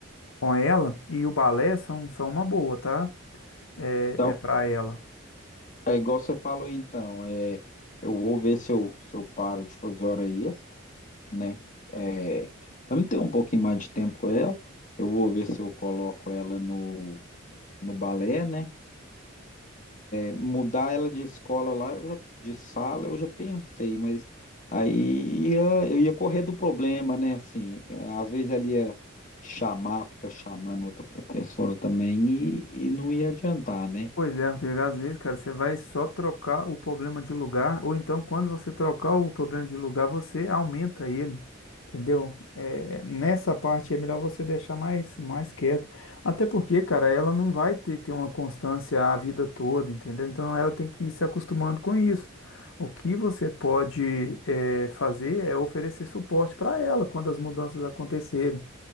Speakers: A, on the left; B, on the left.
A: com ela e o balé são, são uma boa, tá? É,
B: Então,
A: é para ela.
B: é igual você falou, então, é, eu vou ver se eu, se eu paro de fazer hora extra, né? É, para me ter um pouquinho mais de tempo com ela, eu vou ver se eu coloco ela no, no balé, né? mudar ela de escola lá, eu já, de sala, eu já pensei, mas aí ia- eu ia correr do problema, né? Assim, é, às vezes ela ia chamar, ficar chamando outra professora também e, e não ia adiantar, né?
A: Pois é, Rodrigo, às vezes, cara, você vai só trocar o problema de lugar, ou então quando você trocar o problema de lugar, você aumenta ele, entendeu? É, nessa parte é melhor você deixar mais, mais quieto. Até porque, cara, ela não vai ter, ter uma constância a vida toda, entendeu? Então ela tem que ir se acostumando com isso. O que você pode, é, fazer é oferecer suporte para ela quando as mudanças acontecerem.